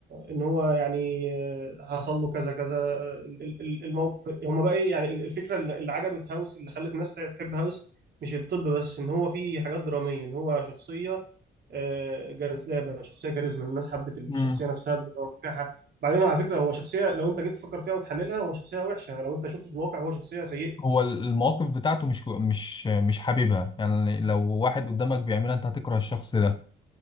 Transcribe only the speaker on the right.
ان هو يعني آه، حصل له كذا كذا آه، ال- ال- الموقف هم بقى ايه يعني ال- الفكره اللي اللي عجبت هاوس اللي خلت الناس تحب هاوس مش الطب بس ان هو في حاجات دراميه ان هو شخصيه آه، جذابه شخصيه كاريزما الناس حبت الشخصيه
نفسها بتوقعها بعدين على فكره هو شخصيه لو انت جيت تفكر فيها وتحللها هو شخصيه وحشه لو انت شفته في الواقع هو شخصيه سيئه